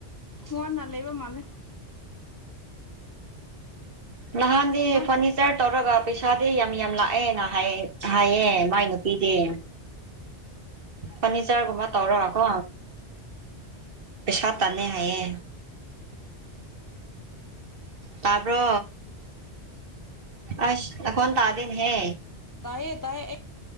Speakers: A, on the left; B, on the right.
A: ꯋꯥꯅ ꯂꯩꯕ ꯃꯥꯜꯂꯦ
B: ꯂꯍꯥꯟꯦ
A: ꯃꯥ
B: ꯐꯅꯤ ꯏꯁꯔ ꯇꯧꯔꯒ ꯄꯩꯁꯥꯗꯤ ꯌꯥꯝ ꯌꯥꯝ ꯂꯥꯛꯑꯦꯅ ꯍꯥꯏꯌꯦ ꯃꯥꯏ ꯅꯨꯄꯤꯗꯤ ꯐꯔꯅꯤꯆꯔꯒꯨꯝꯕ ꯇꯧꯔꯒꯀꯣ ꯄꯩꯁꯥ ꯇꯥꯟꯅꯩ ꯍꯥꯏꯌꯦ ꯇꯄ ꯑ ꯑꯣꯟ ꯇꯥꯗꯅ ꯍꯦ
A: ꯇꯥꯏꯌꯦ ꯇꯥꯏꯌꯦ ꯑꯦ